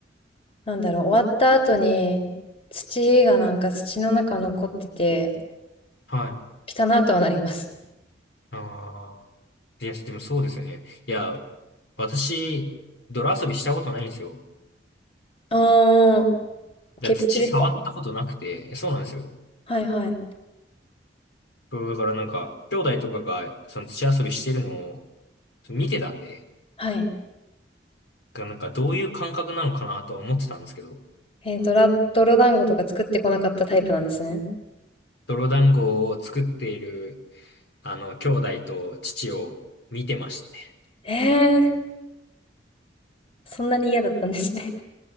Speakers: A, on the left (about 35°); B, on the left (about 75°).
A: なんだろう、終わった後に土がなんか土の中残ってて、
B: はい。
A: 汚なとはなります。
B: ああ。いや、でもそうですよね。いや、私、泥遊びしたことないんですよ。
A: おー、
B: だから土触ったことなくて、
A: 潔癖ですか
B: そうなんですよ。
A: はいはい。
B: そうだからなんか、兄弟とかが、その土遊びしてるのを、そう見てたんで、
A: はい。
B: がなんかどういう感覚なのかなとは思ってたんですけど、
A: えー、ドラ、泥団子とか作ってこなかったタイプなんですね。
B: 泥団子を作っている、あの、兄弟と父を見てましたね。
A: えー、そんなに嫌だったんですね。